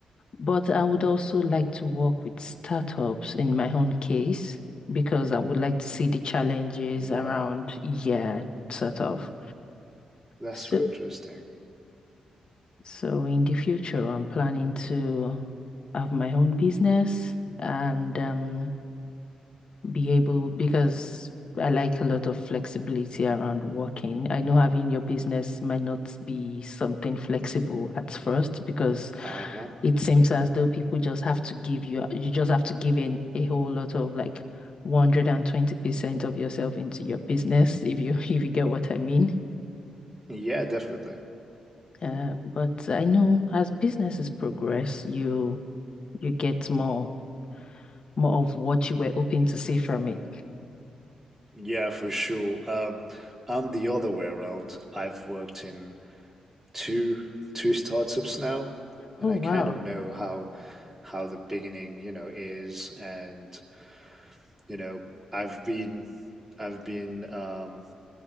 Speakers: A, on the left; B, on the right.
A: But I would also like to work with startups in my own case because I would like to see the challenges
B: Yeah,
A: around, yeah, sort of.
B: that's
A: So,
B: very interesting.
A: so in the future, I'm planning to have my own business and um, be able because I like a lot of flexibility around working. I know having your business might not be something flexible at first because
B: Uh-huh.
A: it seems as though people just have to give you, you just have to give in a whole lot of like 120% of yourself into your business, if you <laughs> if you get what I mean.
B: Yeah, definitely.
A: Uh, but I know as businesses progress, you you get more more of what you were hoping to see from it.
B: Yeah, for sure. Um, I'm the other way around. I've worked in two two startups now, and
A: Oh
B: I
A: wow.
B: kind of know how how the beginning, you know, is and you know, I've been I've been um